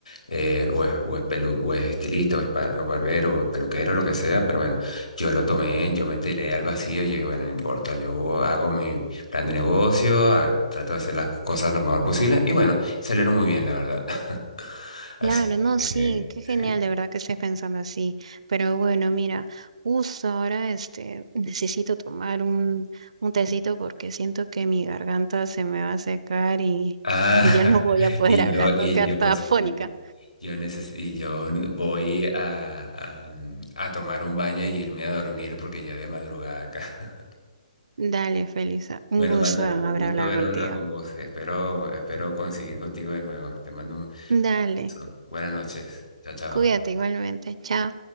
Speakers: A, on the left; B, on the right.
A: eh, o es, o es pelu- o es estilista, o es pa- o barbero, o es peluquero, lo que sea, pero bueno, yo lo tomé, yo me tiré al vacío y dije, bueno, no importa, yo hago mi plan de negocio, a- trato de hacer las cosas lo mejor posible y bueno, salieron muy bien, la verdad. <laughs> Así
B: Claro, no,
A: que,
B: sí,
A: eh,
B: qué genial
A: sí.
B: de verdad que estés pensando así. Pero bueno, mira, justo ahora este necesito tomar un, un tecito porque siento que mi garganta se me va a secar y,
A: Ah,
B: <laughs> y
A: <laughs>
B: ya no voy a poder
A: y
B: hablar,
A: yo,
B: me
A: y
B: voy a quedar
A: yo,
B: toda afónica.
A: sí, yo neces y yo voy a, a, a tomar un baño y irme a dormir porque ya es de madrugada acá. <laughs>
B: Dale, Felisa, un
A: Bueno,
B: gusto
A: manda,
B: haber
A: un gusto
B: hablado
A: haber
B: contigo.
A: hablado con vos. Espero, espero conseguir contigo de nuevo. Te mando un
B: Dale,
A: beso. Buenas noches. Chao, chao.
B: cuídate igualmente, chao.